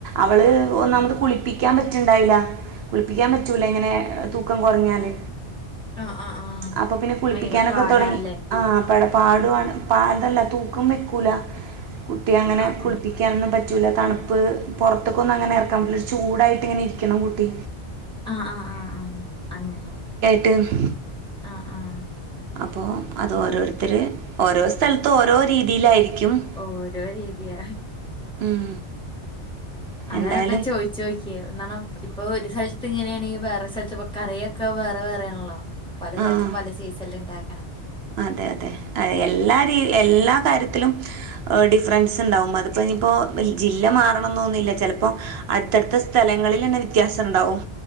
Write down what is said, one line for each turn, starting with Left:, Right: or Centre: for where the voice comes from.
Right: അവള്
Centre: ഉം,
Right: ഒന്നാമത്
Centre: ഉം.
Right: കുളിപ്പി- ളിക്കാൻ പറ്റ്ണ്ടായില്ല കുളിപ്പിക്കാൻ പറ്റൂല എങ്ങനെ തൂക്കം കുറഞ്ഞാല്.
Centre: ആ ആ ആ
Right: അപ്പൊ പിന്നെ കുളിപ്പിക്കാനൊക്കെ
Centre: ഭയങ്കര പാടാണല്ലേ
Right: തൊടങ്ങി ആ <unintelligible> പട പാടുവാണ് പാടല്ല തൂക്കം വെക്കൂല കുട്ടിയ അങ്ങനെ
Centre: ആ
Right: കുളിപ്പിക്കുമ്പോ
Centre: ആ
Right: ഇരിക്കാനൊന്നും പറ്റുല്ല തണുപ്പ് പൊറത്തെക്കൊന്നും അങ്ങനെ എറങ്ങാൻ പറ്റില്ല ഒരു ചൂടായിട്ട്ങ്ങനെ ഇരിക്കണം കുട്ടി
Centre: ആഹ് ആഹ് ആഹ് ആഹ് അങ്ങനെ
Right: ട്ടേൽ <unintelligible>
Centre: ആഹ് ആഹ്
Right: അപ്പോ അത് ഓരോരുത്തര് ഓരോ സ്ഥലത്തും ഓരോ രീതിയിലായിരിക്കും-
Centre: ഓരോ രീതിയ
Right: ഉം
Centre: അതാ
Right: എന്തായാലും
Centre: ഞാനിപ്പോ ചോയ് ചോയ്ക്കിയേ എന്താണ് ഇപ്പൊ ഒരു സ്ഥലത്ത് ഇങ്ങനെയാണെങ്കിൽ വേറെ സ്ഥലത്ത് ഇപ്പൊ കറിയൊക്കെ വേറെ വേറെ ആണല്ലോ പല സ്ഥലത്തും
Right: ആ
Centre: പല സിസണിലും ഇണ്ടാക്കണേ
Right: അതെ അതെ ഏഹ് എല്ലാ രീതി എല്ലാ കാര്യത്തിലും- ഡിഫറൻസ്ണ്ടാവും അതിപ്പോ ഇനിയിപ്പോ ജില്ല മാറണന്നൊന്നുമില്ല ചെലപ്പോ - അടുത്തടുത്ത സ്ഥലങ്ങളിൽ തന്നെ വ്യത്യാസയുണ്ടാവും.